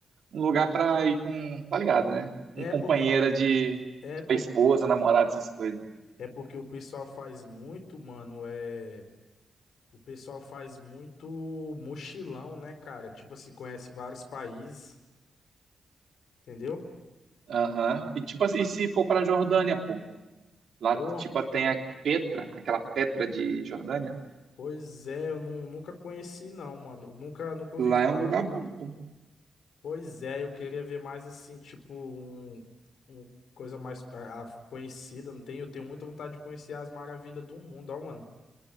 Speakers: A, on the right; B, on the left.
A: um lugar pra ir com, tá ligado, né? um
B: É
A: companheira
B: porque
A: de,
B: é
A: tipo,
B: por,
A: esposa, namorada, essas coisas.
B: é porque o pessoal faz muito, mano, é O pessoal faz muito mochilão, né, cara? Tipo assim, conhece vários países, entendeu?
A: Aham. E tipo, assim, e se for pra Jordânia, pô? Lá,
B: Porra,
A: tipo, tem a Petra, aquela Petra de Jordânia.
B: pois é, eu nu- nunca conheci, não, mano. Nunca, nunca ouvi
A: Lá
B: falar,
A: é um lugar
B: né? na-
A: bom, pô.
B: Pois é, eu queria ver mais assim, tipo, um, um coisa mais ca- ah, conhecida, não tem? Eu tenho muita vontade de conhecer as maravilhas do mundo, ó, mano.